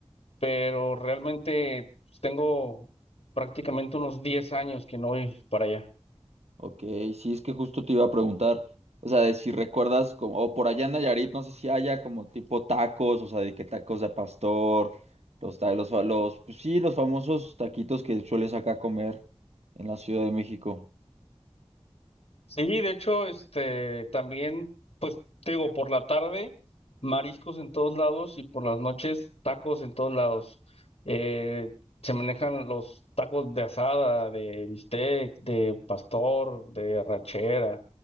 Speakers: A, on the left (about 70°); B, on the right (about 85°).
A: pero realmente pues, tengo prácticamente unos 10 años que no voy para allá.
B: Ok, sí, es que justo te iba a preguntar, o sea, de si recuerdas como, o por allá en Nayarit, no sé si haya como tipo tacos, o sea, de que tacos de pastor, los, ta- los, fa- los, pues sí, los famosos taquitos que sueles acá comer en la Ciudad de México.
A: Sí, de hecho, este, también, pues, te digo, por la tarde, mariscos en todos lados y por las noches, tacos en todos lados. Eh, se manejan los tacos de asada, de bistec, de pastor, de arrachera,